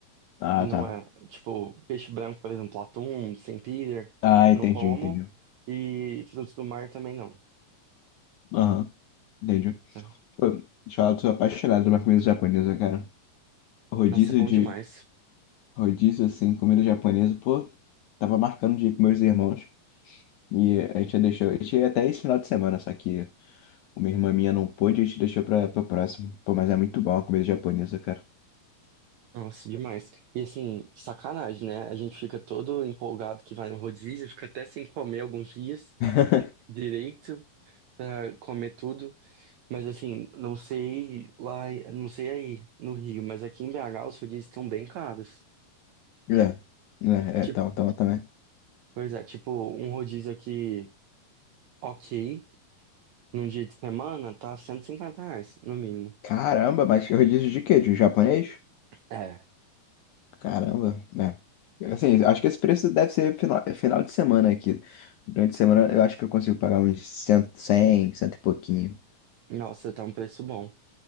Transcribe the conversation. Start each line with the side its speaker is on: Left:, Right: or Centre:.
Left: Ah,
Right: que não
Left: tá.
Right: é, tipo, peixe branco, por exemplo, atum, sempiter,
Left: Ah, entendi,
Right: não como.
Left: entendi.
Right: E frutos do mar também não.
Left: Aham, entendi.
Right: tá?
Left: Pô, deixa eu falar, eu sou apaixonado por uma comida japonesa, cara. Rodízio
Right: Nossa, é bom
Left: de.
Right: demais.
Left: Rodízio, assim, comida japonesa, pô. Tava marcando de ir com meus irmãos. E a gente deixou. A gente ia até esse final de semana, só que uma irmã minha não pôde, a gente deixou pra, pra próximo. Pô, mas é muito bom a comida japonesa, cara.
Right: Nossa, demais. E assim, sacanagem, né? A gente fica todo empolgado que vai no rodízio, fica até sem comer alguns dias
Left: <laughs>
Right: direito pra comer tudo. Mas assim, não sei lá, não sei aí no Rio, mas aqui em BH os rodízios estão bem caros.
Left: É, é,
Right: Tipo,
Left: é, tava, tava também.
Right: pois é, tipo, um rodízio aqui, ok, num dia de semana, tá 150 reais, no mínimo.
Left: Caramba, mas rodízio de quê? De japonês?
Right: É,
Left: Caramba, né? Assim, acho que esse preço deve ser final, é final de semana aqui. Durante a semana eu acho que eu consigo pagar uns 100, 100, cento e pouquinho.
Right: nossa, tá um preço bom.